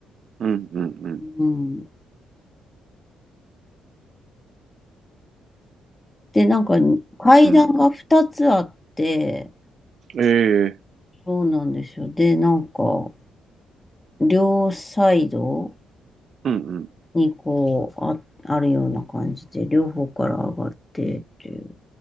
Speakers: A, on the right; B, on the left.
A: うんうん。
B: うん。で、なんか、階段が2つあって、
A: うん。ええ
B: そうなんですよ。で、なんか、両サイド、
A: うんうん。
B: にこう、あ、あるような感じで、両方から上がってっていう。